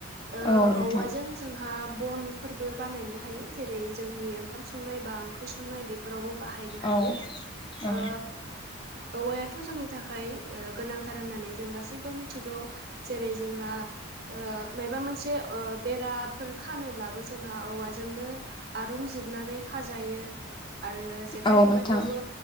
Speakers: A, on the right (about 50°); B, on the left (about 20°).
A: ओ
B: औ नोंथां
A: औवाजों जोंहा बनफोरबो बानायनो हायो जेरै जोंनि ओंखाम संनाय बा ओंख्रि संनाय बे फोरावबो बाहायनो हायो
B: औ औ
A: ओ औवायाथ' जोंनि थाखाय ओ गोनांथार। होननानै जों गासैबो मिथिगौ जेरै जोंहा ओ माबा मोनसे बेराफोर खानोब्लाबो जोंहा औवाजोंनो आरुं जिरनानै खाजायो आरो जेखाइ
B: औ नोंथां
A: खबाइखौबो